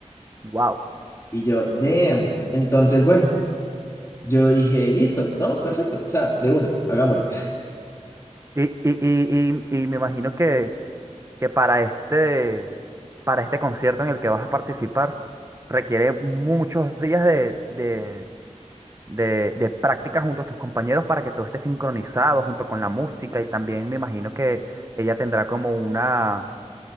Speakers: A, on the right; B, on the left.
A: wow.
B: Y yo, damn. Entonces, bueno, yo dije, listo, no, perfecto. O sea, de una, hagámosle. <laughs>
A: Y, y, y, y, y me imagino que, que para este. para este concierto en el que vas a participar requiere muchos días de, de, de- de práctica junto a tus compañeros para que todo esté sincronizado junto con la música y también me imagino que ella tendrá como una,